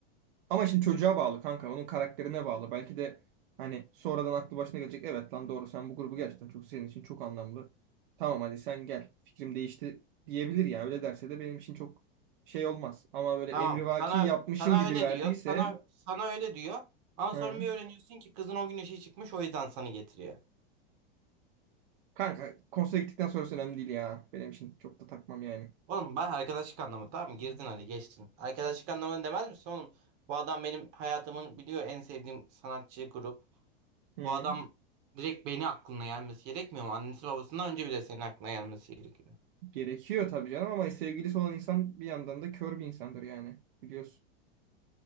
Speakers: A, on the right (about 60°); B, on the right (about 40°).
A: ama şimdi çocuğa bağlı kanka. Onun karakterine bağlı. Belki de hani sonradan aklı başına gelecek. Evet lan doğru sen bu grubu gerçekten çok senin için çok anlamlı. Tamam hadi sen gel. Fikrim değişti diyebilir ya. Öyle derse de benim için çok şey olmaz. Ama böyle
B: Tamam
A: emrivaki
B: sana
A: yapmışım
B: sana
A: gibi
B: öyle
A: verdiyse
B: diyor. Sana sana öyle diyor. Ama
A: hı.
B: sonra bir öğreniyorsun ki kızın o gün işi çıkmış o yüzden sana getiriyor.
A: Kanka konsere gittikten sonrası önemli değil ya. Benim için çok da takmam yani.
B: Oğlum ben arkadaşlık anlamı tamam mı? Girdin hadi geçtin. Arkadaşlık anlamını demez misin oğlum? Bu adam benim hayatımın biliyor en sevdiğim sanatçı grup.
A: Hı.
B: Bu adam direkt beni aklına gelmesi gerekmiyor mu? Annesi babasından önce bile senin aklına gelmesi gerekiyor.
A: Gerekiyor tabii canım ama sevgilisi olan insan bir yandan da kör bir insandır yani. Biliyorsun.